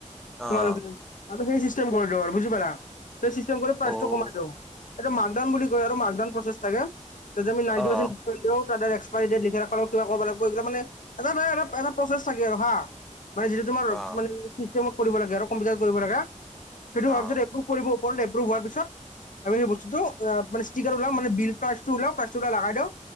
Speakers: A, in the centre; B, on the left.
A: অ',
B: তোমালোকে আমি চিষ্টম কৰি আৰু বুজি পালা কৰি প্ৰাইটো
A: অ',
B: কমাই দিওঁ। এটো মাকডন বুলি কয় আৰু মাকডউন প্ৰচেছ থাকোতে আম নাইনটি
A: অ',
B: পাৰ্চেণ্ ত এক্সপাইৰি ডেট লিখা থাকবা কিবা কৰিব লাগিব এইগীলা মানে এটা অলপ এটা প্ৰচেছ থাকে আৰু হা। মানে যিটো তোমাৰ
A: অ',
B: মানে চিচতেমত কৰিব লাগে আৰু কম্পিউটাৰত কৰিব লাগে সেইটো হোৱাৰ
A: অ',
B: পিছত এপ্ৰুভ কৰিব ওপৰত এপ্ৰুভ হোৱাৰ পিছত আমিই সেই বস্তুটো মানে ষ্টিকাৰ ওলাম মানে বিল প্ৰাইচ টো উলাও প্ৰাইচটো উলিয়াই লগাই দিও